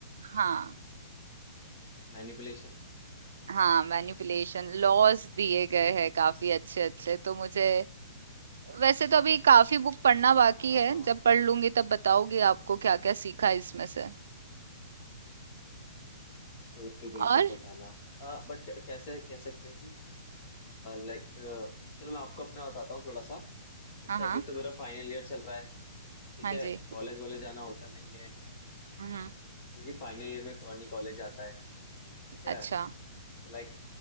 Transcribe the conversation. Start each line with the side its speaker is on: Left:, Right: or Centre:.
Right: हाँ
Left: मैनिपुलेशन
Right: हाँ मैनिपुलेशन लॉज दिए गए हैं काफी अच्छे अच्छे तो मुझे वैसे तो अभी काफी बुक पढ़ना बाकी
Left: हाँ
Right: है
Left: हाँ
Right: जब
Left: हाँ
Right: पढ़ लूंगी तब बताओगी आपको क्या क्या सीखा इसमें से
Left: बिल्कुल बिल्कुल
Right: और
Left: बताना बट कैसे कह सकते हैं कि लाइक चलो मैं आपको अपना बताता हूँ थोड़ा सा जैसे
Right: हाँ हाँ
Left: अभी तो मेरा फाइनल ईयर चल रहा है ठीक
Right: हाँ
Left: है
Right: जी
Left: कॉलेज वॉलेज जाना होता नहीं है
Right: हम्म
Left: क्योंकि फाइनल ईयर में कौन ही कॉलेज जाता है ठीक
Right: अच्छा
Left: है तो लाइक